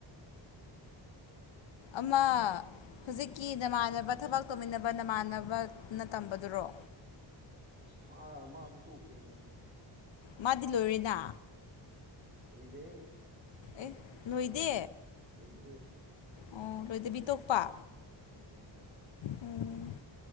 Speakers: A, on the left; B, on the right.
A: ꯑꯃ ꯍꯧꯖꯤꯛꯀꯤ ꯅꯃꯥꯟꯅꯕ ꯊꯕꯛ ꯇꯧꯃꯤꯟꯅꯕ ꯅꯃꯥꯟꯅꯕꯅ ꯇꯝꯕꯗꯨꯔꯣ
B: ꯃꯥ ꯃꯥ ꯁꯇ ꯀꯅ
A: ꯃꯥꯗꯤ ꯂꯣꯏꯅ
B: ꯍꯣꯏꯗꯦ
A: ꯑꯦ ꯅꯣꯏꯗꯦ
B: ꯂꯣꯏꯗ
A: ꯑꯣ ꯂꯣꯏꯗꯕꯤꯇꯣꯛꯄ
B: ꯎꯝ
A: ꯎꯝ